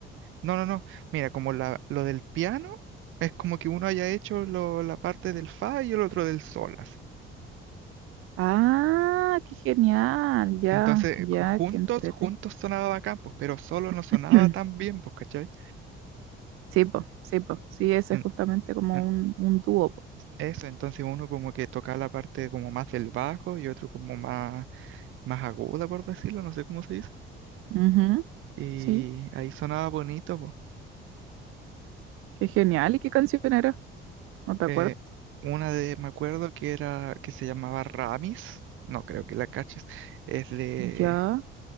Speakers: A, on the right; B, on the right.
A: No, no, no. Mira, como la, lo del piano es como que uno haya hecho lo- la parte del fa y el otro del sol, así.
B: Ah, qué genial, ya,
A: Entonces,
B: ya,
A: ju- juntos,
B: qué entrete.
A: juntos sonaba bacán, pues, pero solo no sonaba
B: <clears throat>
A: tan bien, pues, ¿cachai?
B: Sí, po, sí, po, sí, ese
A: En-
B: es justamente como
A: en-
B: un, un dúo, po.
A: eso, entonces uno como que tocaba la parte como más del bajo y otro como más, más aguda, por decirlo, no sé cómo se dice.
B: Ujú,
A: Y
B: Sí,
A: ahí sonaba bonito, pues.
B: qué genial, ¿y qué canción era? ¿No te
A: Eh,
B: acuerdas?
A: una de, me acuerdo que era, que se llamaba Ramis, no creo que la caches, es de
B: Ya,